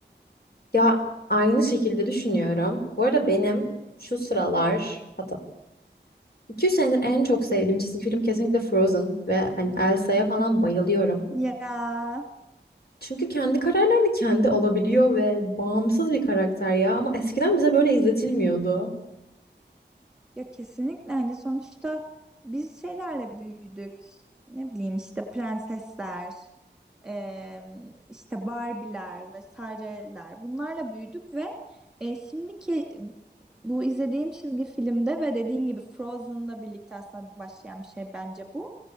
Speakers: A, on the left; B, in the centre.
A: Ya aynı şekilde düşünüyorum. Bu arada benim şu sıralar hatta 2 senedir en çok sevdiğim çizgi film kesinlikle Frozen ve hani Elsa'ya falan bayılıyorum.
B: Ya
A: Çünkü kendi kararlarını kendi alabiliyor ve bağımsız bir karakter ya ama eskiden bize böyle izletilmiyordu.
B: ya kesinlikle hani sonuçta biz şeylerle büyüdük. Ne bileyim işte prensesler, e, işte Barbie'ler vesaireler bunlarla büyüdük ve e, şimdiki bu izlediğim çizgi filmde ve dediğin gibi Frozen'la birlikte aslında başlayan bir şey bence bu.